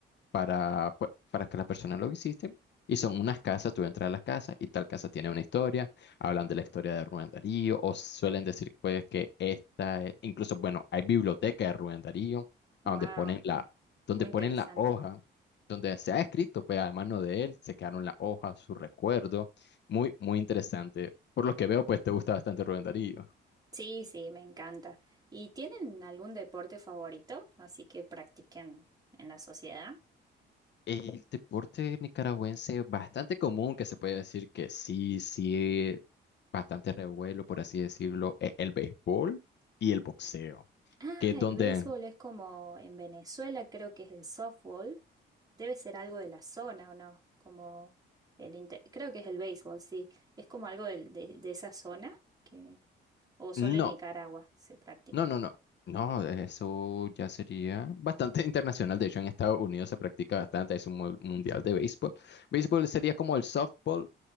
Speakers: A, on the left; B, on the right.
A: para, pu- para que las personas lo visiten. Y son unas casas, tú entras a las casas y tal casa tiene una historia, hablan de la historia de Rubén Darío o suelen decir pues que esta, es- incluso bueno, hay biblioteca de Rubén Darío,
B: Wow,
A: a donde ponen la, donde
B: muy
A: ponen
B: interesante.
A: la hoja, donde se ha escrito pues a mano de él, se quedaron las hojas, su recuerdo, muy, muy interesante. Por lo que veo pues te gusta bastante Rubén Darío.
B: Sí, sí, me encanta. ¿Y tienen algún deporte favorito? Así que practiquen en la sociedad.
A: El deporte nicaragüense bastante común que se puede decir que sí, sí. bastante revuelo, por así decirlo, e- el béisbol y el boxeo,
B: Ah,
A: que es
B: el
A: donde...
B: béisbol es como en Venezuela, creo que es el softball. Debe ser algo de la zona, ¿o no? Como el inte- creo que es el béisbol, sí. Es como algo del- de, de esa zona que o solo
A: No,
B: en Nicaragua se practica.
A: no, no, no. No, eso ya sería bastante <laughs> internacional. De hecho, en Estados Unidos se practica bastante. Es un mu- mundial de béisbol. Béisbol sería como el softball,